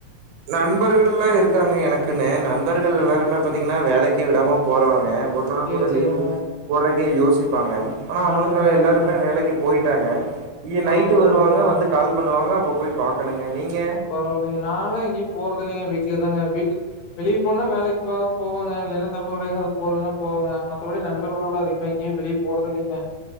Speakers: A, on the right; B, on the left.
A: நண்பர்கள்லா இருக்காங்க எனக்குன்னு நண்பர்கள் எல்லாருமே பார்த்தீங்கன்னா வேலைக்கு விடாம போறாங்க ஒரு நாள்
B: சரி,
A: கூட
B: சரிங்க.
A: லீவ்வு போறக்கே யோசிப்பாங்க ஆனா அவுங்க
B: நல்லது நல்லதுங்க.
A: எல்லாருமே வேலைக்கு போயிட்டாங்க
B: பரவால்ல
A: நைட்டு வருவாங்க
B: பரவால்லைங்க
A: வந்து கால் பண்ணுவாங்க அப்ப போய் பாக்கணுங்க நீங்க
B: பரவாயில்லைங்க நாலா எங்கேயு போறது இல்லிங்க வீட்லதாங்க வீட்டு வெளிய போனா வேலைக் போக போவாங்க இல்லன்னா தமிழ் உரைகள் போறன்னா போவாங்க மத்தபடி நண்பர்களோட அதிகமா எங்கேயு வெளிய போறதில்லைங்க